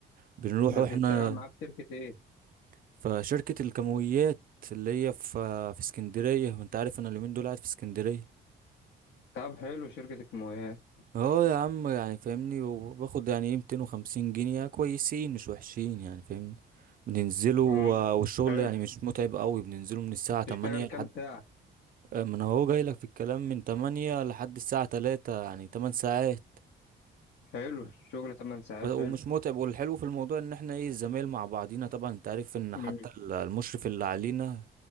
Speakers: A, on the right; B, on the left.
A: بنروح
B: ده
A: احنا
B: بتشتغل معاه في شركة ايه؟
A: في شركة الكيماويات اللي هي في في اسكندرية وانت عارف انا اليومين دول قاعد في اسكندرية
B: طب حلو شركة الكيماويات
A: اه يا عم يعني فاهمني وباخد يعني ايه 250 جنيه كويسين مش وحشين يعني فاهمني بننزلوا
B: مم.
A: آه، والشغل
B: حلو
A: يعني مش متعب قوي بننزله من الساعة 8
B: بتشتغل كام
A: لحد
B: ساعة؟
A: آه، ما انا هو جاي لك في الكلام من 8 لحد الساعة 3 يعني 8 ساعات
B: حلو شغل 8 ساعات
A: ب- ومش
B: حلو
A: متعب والحلو في الموضوع ان احنا ايه الزمايل مع بعضينا طبعا انت عارف ان
B: مم.
A: حتى ال- المشرف اللي علينا